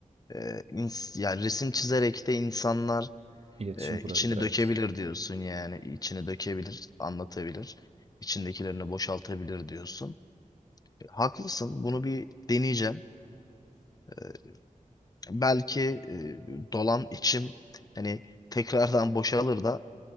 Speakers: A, on the left (about 25°); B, on the right (about 50°).
A: e, ins- yani resim çizerek de insanlar
B: İletişim
A: e,
B: kurabilir
A: içini
B: evet.
A: dökebilir diyorsun yani. İçini dökebilir, anlatabilir. içindekilerini boşaltabilir diyorsun. E, haklısın. Bunu bir deneyeceğim. E, Belki e, dolan içim hani tekrardan boşalır da